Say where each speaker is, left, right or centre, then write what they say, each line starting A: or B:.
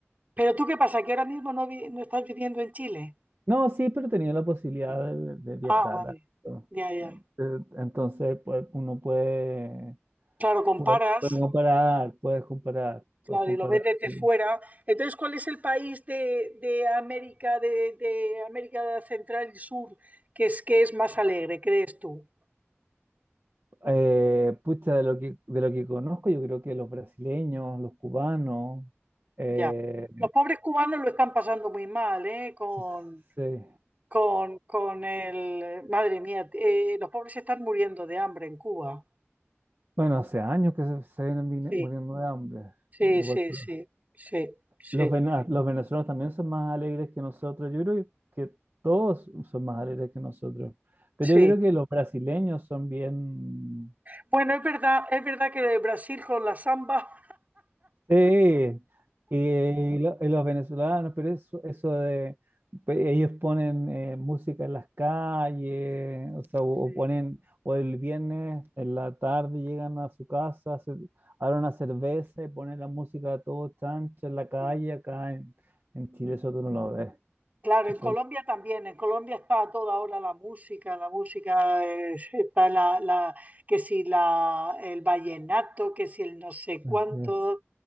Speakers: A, on the right; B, on the right.
A: Pero tú qué pasa, que ahora mismo no, vi- no estás viviendo en Chile.
B: No, sí, pero he tenido la posibilidad de, de viajar.
A: Ah, vale.
B: ¿no?
A: Ya, ya.
B: Eh, Entonces, pues, uno puede,
A: Claro, comparas.
B: puede, puede comparar, puedes comparar,
A: Claro,
B: puedes comparar.
A: y lo ves desde
B: sí.
A: fuera. Entonces, ¿cuál es el país de, de América, de, de América Central y Sur que es, que es más alegre, crees tú?
B: Eh, pucha, de lo que, de lo que conozco, yo creo que los brasileños, los cubanos, eh,
A: Ya. Los pobres cubanos lo están pasando muy mal, ¿eh? Con,
B: se- se-
A: con, con el... Madre mía, eh, los pobres se están muriendo de hambre en Cuba.
B: bueno, hace años que se, se vienen vine-
A: Sí,
B: muriendo de hambre.
A: sí,
B: Igual
A: sí,
B: que
A: sí, sí, sí,
B: los, vena- los venezolanos también son más alegres que nosotros. Yo creo que todos son más alegres que nosotros. Pero
A: sí.
B: yo creo que los brasileños son bien,
A: Bueno, es verdad, es verdad que Brasil con la samba...
B: Sí, y, eh, y lo- y los venezolanos, pero eso, eso de pe- ellos ponen eh, música en las calles, o sea, o,
A: Sí,
B: o ponen, o el viernes en la tarde llegan a su casa, se abren una cerveza y ponen la música a todo chancho en la calle,
A: sí.
B: acá en, en Chile eso tú no lo ves.
A: Claro,
B: Eso,
A: en Colombia también, en Colombia está a toda hora la música, la música es- está la, la- que si la, el vallenato, que si el no sé cuánto,
B: eh, eh,